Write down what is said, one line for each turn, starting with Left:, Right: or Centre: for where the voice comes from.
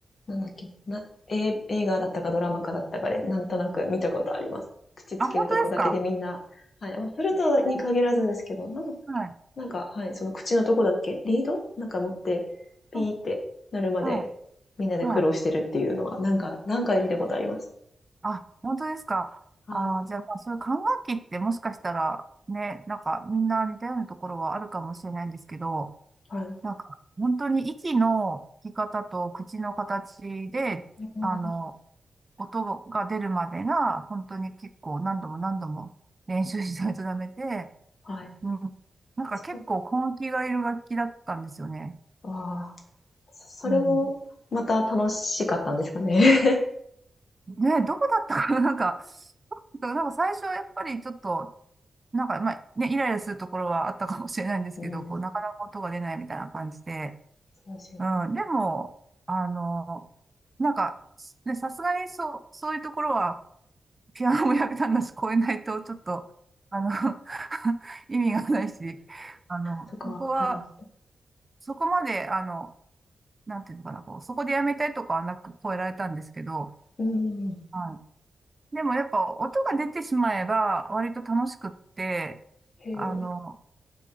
Left: なんだっけな、え、映画だったかドラマかだったかで、なんとなく見たことあります。口つけるとこだけでみんな、
Right: あ、本当ですか
Left: はい。まあ、フルトに限らずですけど、
Right: えー
Left: なんだったっけな。
Right: はい。
Left: なんか、はい、その口のとこだっけリードなんか持って、ピーってなるまで、
Right: うんはい。
Left: みんなで苦労してるっていうのは、
Right: はい。
Left: なんか、なんかで見たことあります。
Right: ああ、本当ですかあー、
Left: はい。
Right: じゃあ、まあ、そういう管楽器ってもしかしたら、ね、なんかみんな似たようなところはあるかもしれないんですけど、
Left: はい。
Right: なんか本当に息の吹き方と口の形で、
Left: うん。
Right: あの、音が出るまでが、本当に結構何度も何度も練習しないとダメで、
Left: はい。
Right: うん。なんか結構根気がいる楽器だったんですよね。
Left: そう。ああ、そそれも、
Right: うん。
Left: また楽しかったんですかね。
Right: ね、どこだったかな、<laughs> なんか、なんか最初はやっぱりちょっと、なんかまあね、イライラするところはあったかもしれないんですけど、
Left: <laughs> うん。
Right: こう、なかなか音が出ないみたいな感じで。
Left: そうですよね。
Right: うん。でも、あの、なんか、ね、さすがにそう、そういうところは、ピアノもやめたんだし、超えないと、ちょっと、あの <laughs> 意味がないし、あの、
Left: そこは、
Right: そこは、
Left: は
Right: そこまで、あの、なんていうのかな、こう、そこでやめたいとかはなく超えられたんですけど、
Left: い。うん。
Right: はい。でもやっぱ音が出てしまえば割と楽しくって、
Left: へえ、
Right: あの、